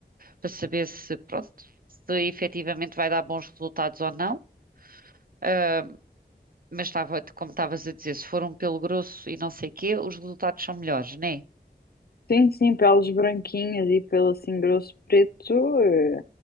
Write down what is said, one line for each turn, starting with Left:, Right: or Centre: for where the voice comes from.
Right: para saber se, pronto, se efetivamente vai dar bons resultados ou não. Ah, mas estava, como estavas a dizer, se for um pelo grosso e não sei o quê, os resultados são melhores, né?
Left: sim, sim, peles branquinhas e pelo assim grosso preto, eh,